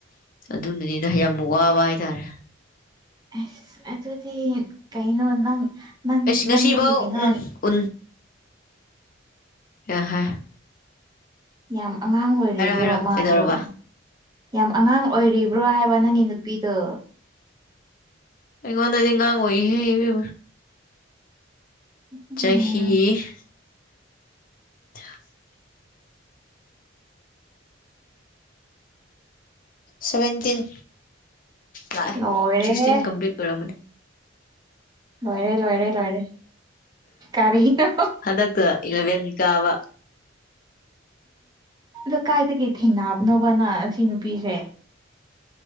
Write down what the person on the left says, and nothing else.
ꯑꯗꯨꯅꯅꯤꯅ ꯌꯥꯝ ꯋꯥꯕ ꯍꯥꯏꯇꯥꯔꯦ
ꯉꯁꯤꯕꯥꯎ
ꯎꯝ ꯎ ꯑ ꯍ
ꯍꯥꯏꯔꯣ
ꯀꯩꯗꯧꯔꯕ
ꯑꯩꯉꯣꯟꯅꯗꯤ ꯏ ꯉꯥꯡꯉ ꯑꯣꯏꯍꯦꯕ ꯆꯍꯤ
<unintelligible> ꯁꯚꯦꯟꯇꯤꯟ ꯂꯥꯛꯑꯦ
ꯁꯤꯛꯁꯇꯤꯟ ꯀꯝꯄ꯭ꯂꯤꯠ ꯑꯣꯏꯔꯝꯃꯅꯤ
ꯍꯟꯗꯛꯇ ꯏꯂꯚꯦꯟ ꯀꯥꯕ